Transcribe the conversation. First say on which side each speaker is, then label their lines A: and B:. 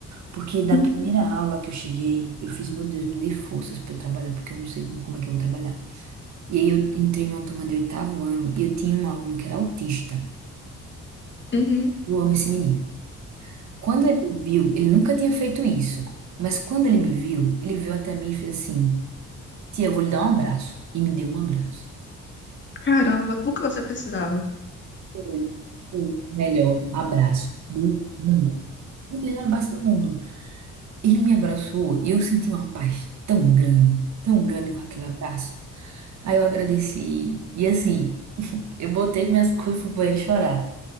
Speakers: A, on the right; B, on the left.
A: Porque da
B: Uhum,
A: primeira aula que eu cheguei, eu fiz, meu Deus, me dê forças pra eu trabalhar, porque eu não sei como, como é que eu vou trabalhar. E aí eu entrei numa turma de oitavo ano e eu tinha um aluno que era autista.
B: uhum.
A: Eu amo esse menino. Quando ele me viu, ele nunca tinha feito isso. Mas quando ele me viu, ele veio até mim e fez assim: Tia, eu vou lhe dar um abraço. E me deu um abraço.
B: Caramba, o que você precisava?
A: Foi o melhor abraço do mundo. O melhor abraço do mundo. Ele me abraçou e eu senti uma paz tão grande, tão grande com aquele abraço. Aí eu agradeci. E assim, eu botei minhas coisas pro banheiro chorar.